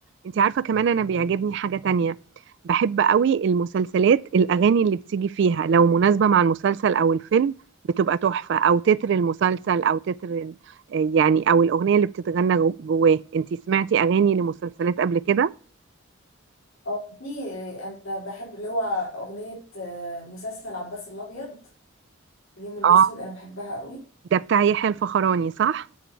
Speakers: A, on the right; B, on the left.
A: انت عارفة كمان أنا بيعجبني حاجة تانية بحب قوي المسلسلات الأغاني اللي بتيجي فيها لو مناسبة مع المسلسل أو الفيلم بتبقى تحفة أو تتر المسلسل أو تتر ال- آه، يعني أو الأغنية اللي بتتغنى جو- جواه انت سمعتي أغاني لمسلسلات قبل كده؟
B: اه في أنا بحب اللي هو أغنية آه، مسلسل عباس الأبيض اليوم الأسود
A: اه
B: أنا بحبها قوي
A: ده بتاع يحيى الفخراني صح؟